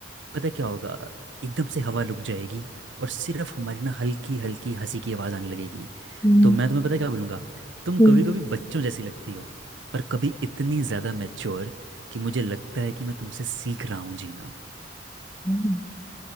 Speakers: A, on the right (about 80°); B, on the left (about 20°).
A: पता क्या होगा एकदम से हवा रुक जाएगी और सिर्फ हमारी ना हल्की हल्की हंसी की आवाज़ आने लगेगी
B: हम्म,
A: तो मैं तुम्हें पता क्या बोलूँगा तुम
B: हम्म,
A: कभी कभी बच्चों जैसी लगती हो और कभी इतनी ज़्यादा मैच्योर कि मुझे लगता है कि मैं तुमसे सीख रहा हूँ जीना
B: हम्म।